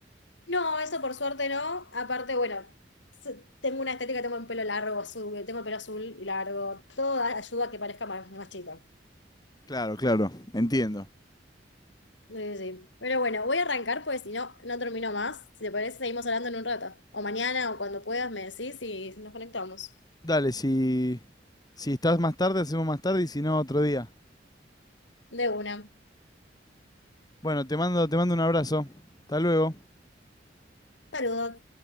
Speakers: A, on the left (about 85°); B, on the left (about 20°).
A: no, eso por suerte no. Aparte, bueno, s- tengo una estética, tengo el pelo largo, azul, tengo el pelo azul y largo. Todo a- ayuda a que parezca más, más chica.
B: Claro, claro, entiendo.
A: Sí, sí. Pero bueno, voy a arrancar porque si no, no termino más. Si te parece, seguimos hablando en un rato. O mañana o cuando puedas me decís y nos conectamos.
B: Dale, si, si estás más tarde, hacemos más tarde y si no, otro día.
A: De una.
B: Bueno, te mando, te mando un abrazo. Hasta luego.
A: Saludos.